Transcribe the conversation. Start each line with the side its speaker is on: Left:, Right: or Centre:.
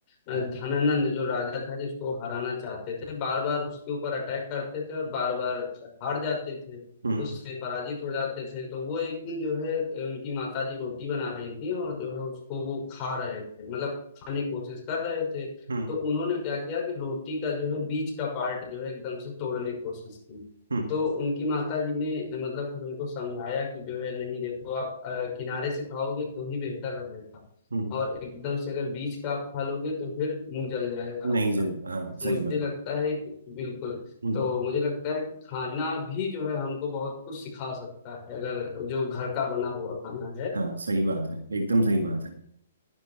Left: अ,
Right: हम्म
Left: धनानंद जो राजा था जिसको हराना चाहते थे बार बार उसके ऊपर अटैक करते थे और बार बार हार जाते थे
Right: हम्म
Left: उससे पराजित हो जाते थे तो वो एक दिन जो है अ, उनकी माता जी रोटी बना रही थी और जो है उसको वो खा रहे थे मतलब खाने की कोशिश कर रहे थे
Right: हम्म
Left: तो उन्होंने क्या किया कि रोटी का जो है बीच का पार्ट जो है एकदम से तोड़ने की कोशिश की
Right: हम्म
Left: तो उनकी माता जी ने मतलब फिर उनको समझाया कि जो है नहीं देखो आप अ, किनारे से खाओगे तो ही बेहतर रहेगा
Right: हम्म,
Left: और एकदम से अगर बीज का आप खा लोगे तो फिर मुंह जल जाएगा
Right: नहीं
Left: आपका
Right: जल हाँ
Left: मुझे
Right: सही बात
Left: लगता है कि बिल्कुल
Right: हम्म
Left: तो मुझे लगता है कि खाना भी जो है हमको बहुत कुछ सिखा सकता है अगर जो घर का बना हुआ खाना है
Right: हाँ सही बात है एकदम सही बात है